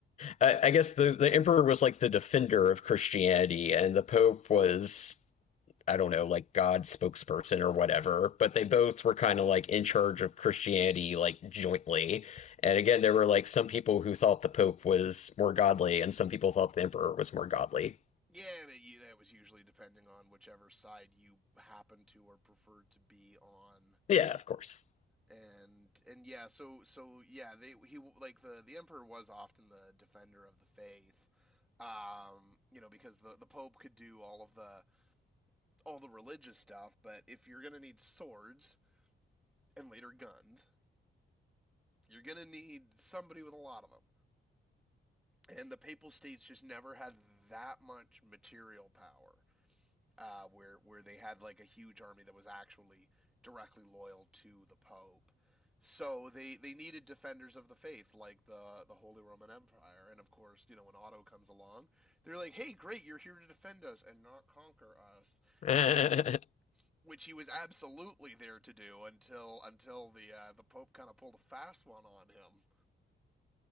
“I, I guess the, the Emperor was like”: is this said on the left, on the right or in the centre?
Left